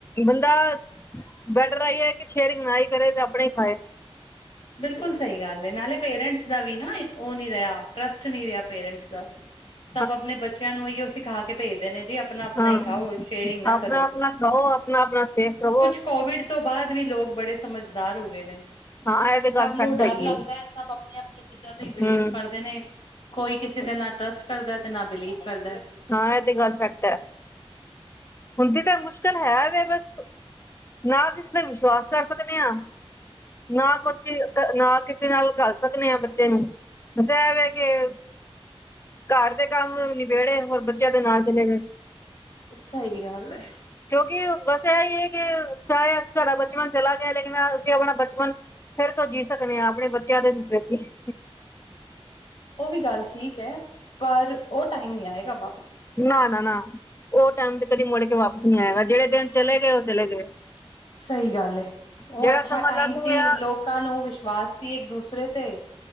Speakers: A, on the left (about 25°); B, on the left (about 60°).
A: ਬੰਦਾ ਬੈਟਰ ਹੀ ਹੈ ਕਿ ਸ਼ੇਅਰਿੰਗ ਨਾ ਹੀ ਕਰੇ ਤੇ ਆਪਣੇ ਹੀ ਖਾਏ।
B: ਬਿਲਕੁੱਲ ਸਈ ਗੱਲ ਏ ਨਾਲੇ ਪੇਰੈਂਟਸ ਦਾ ਵੀ ਨਾ ਓ ਨੀ ਰਿਆ ਟਰੱਸਟ ਨੀ ਰਿਆ ਪੇਰੈਂਟਸ ਦਾ।
A: <unintelligible>
B: ਸਭ ਆਪਣੇ ਬੱਚਿਆਂ ਨੂੰ ਹੀ ਉਹ ਸਿਖਾ ਕੇ ਭੇਜਦੇ ਨੇ ਜੀ ਆਪਣਾ ਆਪਣਾ
A: ਹਾਂ
B: ਹੀ ਖਾਓ ਸ਼ੇਅਰਿੰਗ ਨਾ
A: ਆਪਣਾ
B: ਕਰੋ।
A: ਆਪਣਾ ਖਾਓ, ਆਪਣਾ ਆਪਣਾ ਸੇਫ ਰਵੋ।
B: ਕੁਛ ਕੋਵਿਡ ਤੋਂ ਬਾਅਦ ਵੀ ਲੋਕ ਬੜੇ ਸਮਝਦਾਰ ਹੋ ਗਏ ਨੇ।
A: ਹਾਂ ਇਹ ਤੇ ਗੱਲ
B: ਸਭ
A: ਫੈਕਟ
B: ਨੂੰ ਡਰ
A: ਹੈਗੀ
B: ਲੱਗਦਾ
A: ਹੈ
B: ਸਭ ਆਪਣੀਆਂ-ਆਪਣੀਆਂ ਚੀਜ਼ਾਂ ਤੇ ਬਿਲੀਵ
A: ਹਮ
B: ਕਰਦੇ ਨੇ। ਕੋਈ ਕਿਸੇ ਦੇ ਨਾ ਟਰੱਸਟ ਕਰਦਾ ਤੇ ਨਾ ਬਿਲੀਵ ਕਰਦਾ।
A: ਹਾਂ ਏ ਤੇ ਗਲ ਫੈਕਟ ਐ। ਹੁੰਦੀ ਤਾਂ ਮੁਸ਼ਕਿਲ ਹੈ ਵੀ ਬਸ ਨਾ ਕਿਸੇ ਤੇ ਵਿਸ਼ਵਾਸ ਕਰ ਸਕਦੇ ਆ। ਨਾ ਕੁੱਛ ਨਾ ਕਿਸੇ ਨਾਲ ਘਲ ਸਕਨੇ ਆ ਬੱਚੇ ਨੂੰ ਏ <unintelligible> ਘਰ ਦੇ ਕੰਮ ਨਿਬੇੜੇ ਹੋਰ ਬੱਚਿਆਂ ਦੇ ਨਾ ਚਲੇ ਗਏ।
B: ਸਈ ਗੱਲ ਐ।
A: ਕਿਉਂਕਿ ਬਸ ਇਹ ਹੀ ਹੈ ਕਿ ਚਾਹੇ ਸਾਡਾ ਬਚਪਨ ਚਲਾ ਗਿਆ ਲੇਕਿਨ ਅਸੀਂ ਆਪਣਾ ਬਚਪਨ ਫੇਰ ਤੋਂ ਜੀ ਸਕਦੇ ਆ ਆਪਣੇ ਬੱਚਿਆਂ ਦੇ ਵਿੱਚ ਹੀ।
B: ਓ ਵੀ ਗੱਲ ਠੀਕ ਐ ਪਰ ਓ ਟਾਈਮ ਨੀ ਆਏਗਾ ਵਾਪਸ।
A: ਨਾ-ਨਾ-ਨਾ ਓ ਟੈਮ ਤੇ ਕਦੇ ਮੁੜ ਕੇ ਵਾਪਿਸ ਨੀ ਆਏਗਾ ਜੇੜੇ ਦਿਨ ਚਲੇ ਗਏ ਓ ਚਲੇ ਗਏ।
B: ਸਹੀ ਗੱਲ ਹੈ। ਓ
A: ਜਿਹੜਾ
B: ਅੱਛਾ
A: ਸਮਾਂ
B: ਟਾਈਮ
A: ਲੰਘ
B: ਸੀ
A: ਗਿਆ
B: ਲੋਕਾਂ ਨੂੰ ਵਿਸ਼ਵਾਸ ਸੀ ਇੱਕ ਦੂਸਰੇ ਤੇ।